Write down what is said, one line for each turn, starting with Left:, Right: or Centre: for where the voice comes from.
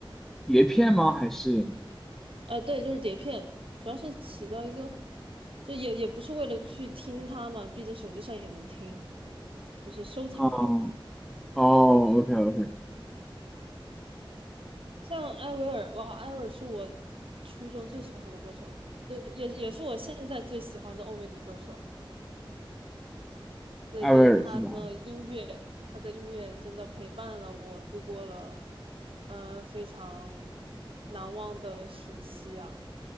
Centre: 碟片吗？还是
Right: 呃，对，就是碟片，主要是起到一个，就也也不是为了去听它嘛，毕竟手机上也能听，就是收藏用。
Centre: 嗯，哦，OK OK，
Right: 像艾薇儿，哇，艾薇儿是我初中最喜欢的歌手，这也也是我现在最喜欢的欧美女歌手。对，
Centre: 艾薇儿是吧？
Right: 就是他的音乐，他的音乐真的陪伴了我度过了，呃，非常难忘的时期啊。